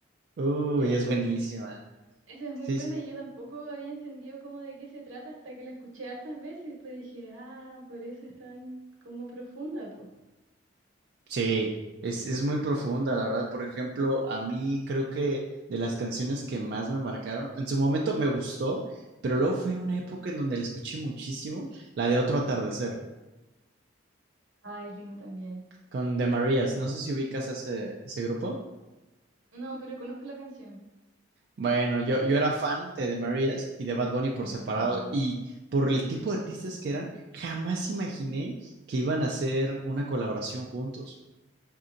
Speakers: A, on the right (about 50°); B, on the right (about 80°).
A: Uy,
B: Ya,
A: es buenísima.
B: esa es
A: Sí,
B: muy buena
A: sí,
B: y yo tampoco había entendido cómo de qué se trata hasta que la escuché hartas veces, pues dije, ah, por eso es tan como profunda, pues.
A: sí, es,
B: Sí.
A: es muy profunda, la verdad. Por ejemplo, a mí creo que de las canciones que más me marcaron, en su momento me gustó, pero luego fue una época en donde la escuché muchísimo, la de Otro Atardecer,
B: Ay, es lindo también.
A: con The Marías. No sé si ubicas a ese, ese grupo.
B: No, pero conozco la canción.
A: Bueno, yo, yo era fan de The Marías y de Bad Bunny por
B: Mm,
A: separado, y por el tipo de artistas que eran, jamás imaginé que iban a hacer una colaboración juntos.